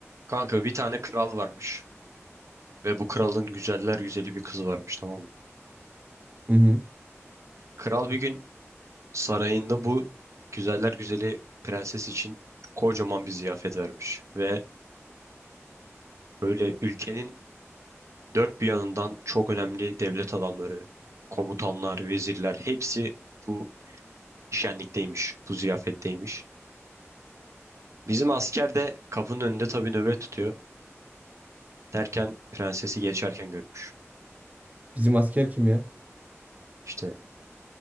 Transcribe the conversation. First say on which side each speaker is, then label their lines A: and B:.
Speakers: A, on the right; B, on the right.
A: Kanka bir tane kral varmış ve bu kralın güzeller güzeli bir kızı varmış tamam mı?
B: Hı hı.
A: Kral bir gün sarayında bu güzeller güzeli prenses için kocaman bir ziyafet vermiş ve böyle ülkenin dört bir yanından çok önemli devlet adamları, komutanlar, vezirler hepsi bu şenlikteymiş, bu ziyafetteymiş. Bizim asker de kapının önünde tabii nöbet tutuyor derken prensesi geçerken görmüş.
B: Bizim asker kim ya?
A: İşte